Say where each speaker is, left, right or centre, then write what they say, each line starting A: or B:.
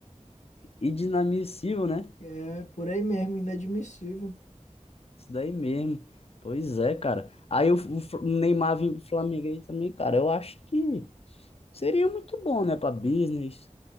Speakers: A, on the left; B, on the left.
A: Inadmissível, né?
B: É, por aí mesmo, inadmissível.
A: Isso daí mesmo. Pois é, cara. Aí o, o Fl- o Neymar vir pro Flamengo aí também, cara, eu acho que seria muito bom, né, pra business.